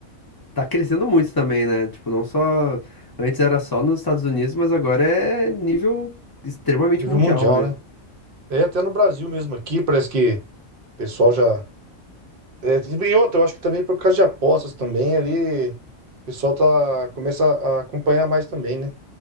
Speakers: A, on the left; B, on the right.
A: tá crescendo muito também, né? Tipo, não só. Antes era só nos Estados Unidos, mas agora é nível extremamente
B: Nível
A: mundial,
B: mundial,
A: né?
B: né? É, até no Brasil mesmo aqui, parece que o pessoal já. É, e outra, eu acho que também por causa de apostas também ali, o pessoal tá, começa a acompanhar mais também, né?